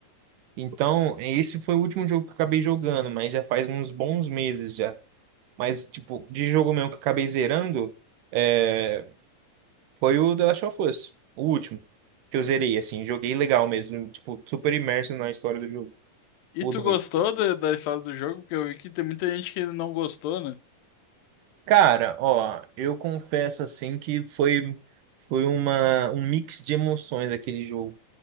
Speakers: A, on the right (about 75°); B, on the left (about 85°).
A: então, esse foi o último jogo que eu acabei jogando, mas já faz uns bons meses já. Mas, tipo, de jogo mesmo que eu acabei zerando, é, foi o The Last of Us, o último que eu zerei, assim. Joguei legal mesmo, tipo, super imerso na história do jogo,
B: E
A: o
B: tu
A: dois.
B: gostou da, da história do jogo? Porque eu vi que tem muita gente que não gostou, né?
A: Cara, ó, eu confesso, assim, que foi, foi uma, um mix de emoções aquele jogo.